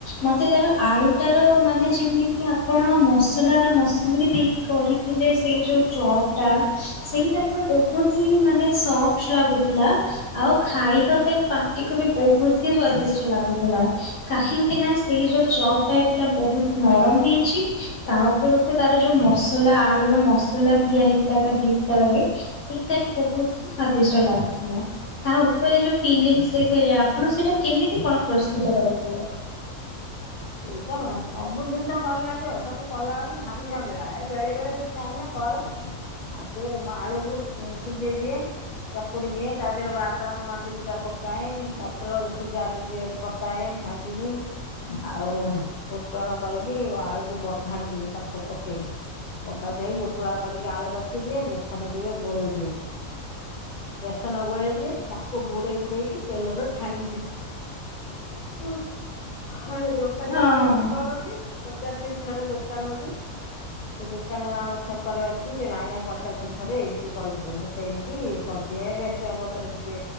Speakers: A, on the left; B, on the left.
A: ମତେ ତାର ଆଳୁଟାର ମାନେ ଯେମିତି ଆପଣ ମସଲା ମସଲି ଦେଇ କରିଥିଲେ ସେଇ ଯୋଉ ଚପ ଟା ସେଇଟା ତ ବହୁତ ହି ମାନେ ସଫଟ ଲାଗୁଥିଲା ଆଉ ଖାଇବା ପାଇଁ ପାଟିକୁ ବି ବହୁତ ହି ସ୍ଵାଦିଷ୍ଟ ଲାଗୁଥିଲା। କାହିଁକି ନା ସେଇ ଯୋଉ ଚପଟା ହେଇଥିଲା ବହୁତ ନରମ ହେଇଛି ତା ଉପର ତାର ଯୋଉ ମସଲା ଆଳୁର ର ମସଲା ଦିଆ ହେଇଥିଲା ତା ଭିତରେ ସେଇଟା ବି ବହୁତ ହି ସ୍ଵାଦିଷ୍ଟ ଲାଗୁଥିଲା। ତାହା ଉପରେ ଯୋଉ ଫିଲ ଦେଥିଲେ ଆପଣ ସେଟା କେମିତି କଣ ପ୍ରସ୍ତୁତ କରିଥିଲେ?
B: ସେଇଟା ସବୁ ଜିନିଷ ଭଲ ଲାଗିବ ସବୁ କଲା ବେଳକୁ ଭାରି ଝାମେଲା ଏ ବେଳେ ବେଳେ ଇଛା ହେଲେ କରେ ଆଉ ସେଏ ଆଳୁକୁ ସିଝେଇ ଦିଏ ଚକୁଡି ଦିଏ ତା ଦେହରେ ବାଦାମ ମଞ୍ଜି ଦିଇଟା ପକାଏ ମଟର ସିଝା ଟିକେ ପକାଏ ଭାଜି କି ଆଉ ଫୁଟଣ କରିକି ଆଳୁକୁ ବଘାରିଦିଏ ତାକୁ ସବୁ ପକେଇକି ଅଟା ଦେଇ ଗୋଟୁଳା କରିକି ଆଳୁ ରଖିଦିଏ। ବେସନ ଟିକେ ଗୋଳେଇ ଦିଏ। ବେସନ ଗୋଳେଇ ଦିଏ ତାକୁ ବୁଡେଇ ବୁଡେଇକି ତେଲର ଛାଣି ଦିଏ। ହଁ। ହଁ ଏ ଦୋକାନୀ
A: ହଁ
B: ମାନେ ଏମତି କରନ୍ତି। ପଚାରିଥିନ ଥରେ ଦୋକାନ କି। ସେ ଦୋକାନ ଆମ ଛକରେ ଅଛି। ସେ ଭାଇନା ପଚାରିଥିନି ଦିନେ ଥରେ ଏମିତି କହିଥିଲେ। ମୁଁ ସେମିତି କରଦିଏ ବେଶୁଆ ପତର ଟିକେ